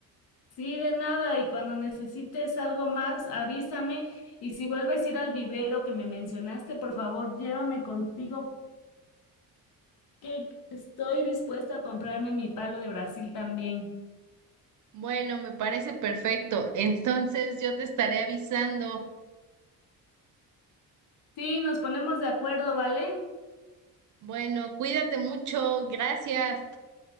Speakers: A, on the left; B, on the right.
A: Sí, de nada, y cuando necesites algo más, avísame. Y si vuelves a ir al vivero que me mencionaste, por favor, llévame contigo que estoy dispuesta a comprarme mi palo de Brasil también.
B: Bueno, me parece perfecto. Entonces yo te estaré avisando.
A: Sí, nos ponemos de acuerdo, ¿vale?
B: Bueno, cuídate mucho. Gracias.